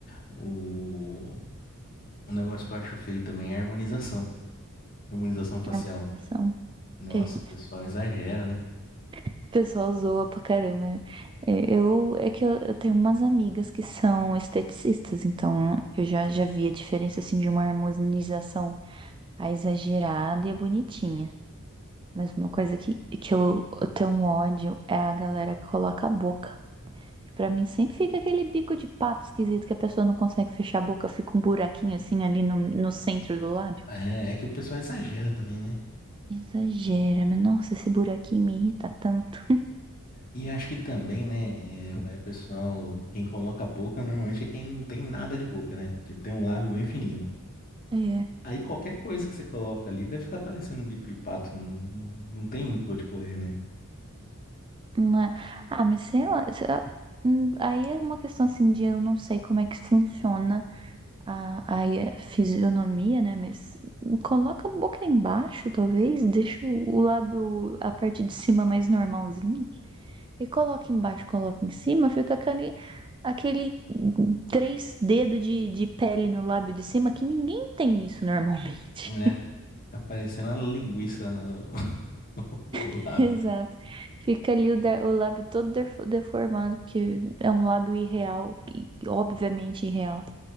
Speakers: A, on the left; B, on the right.
A: O... o negócio que eu acho feio também é a harmonização. Harmonização facial.
B: Harmonização.
A: Nossa,
B: É.
A: o pessoal exagera, né?
B: O pessoal zoa pra caramba, né? É, Eu, é que eu, eu tenho umas amigas que são esteticistas, então eu já, já vi a diferença, assim, de uma harmonização a exagerada e a bonitinha. Mas uma coisa que, que eu, eu tenho um ódio é a galera que coloca a boca. Que Pra mim sempre fica aquele bico de pato esquisito que a pessoa não consegue fechar a boca, fica um buraquinho assim ali no, no
A: Uhum.
B: centro do lábio.
A: É, é que o pessoal exagera também, né?
B: Exagera, mas nossa, esse buraquinho me irrita tanto.
A: E acho que também, né? é, vai o pessoal. Quem coloca a boca normalmente é quem não tem nada de boca, né? Tipo, tem um lábio bem fininho.
B: É,
A: Aí qualquer coisa que você coloca ali vai ficar parecendo um bico de pato. Não, não, não tem muito pra onde correr, né?
B: né Ah, mas sei lá. será- hum, Aí é uma questão assim de eu não sei como é que funciona a, a fisionomia, né? Mas coloca a boca embaixo, talvez, deixa o lábio, a parte de cima mais normalzinha, e coloca embaixo, coloca em cima, fica aquele, aquele três dedos de, de pele no lábio de cima que ninguém tem isso normalmente.
A: É, fica parecendo uma linguiça <laughs> o
B: <laughs>
A: lábio.
B: Exato. Fica ali o, da- o lábio todo defo- deformado, porque é um lábio irreal, e obviamente irreal.